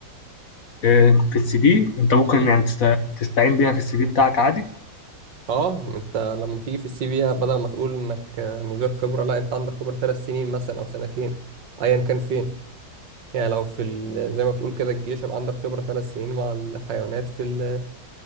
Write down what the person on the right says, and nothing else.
مم.
اه ما انت لما تيجي في السي في بدل ما تقول انك آه، من غير خبرة لا انت عندك خبرة ثلاث سنين مثلا او سنتين ايا كان فين يعني لو في ال... زي ما بتقول كده الجيش يبقى عندك خبرة ثلاث سنين مع الحيوانات في ال...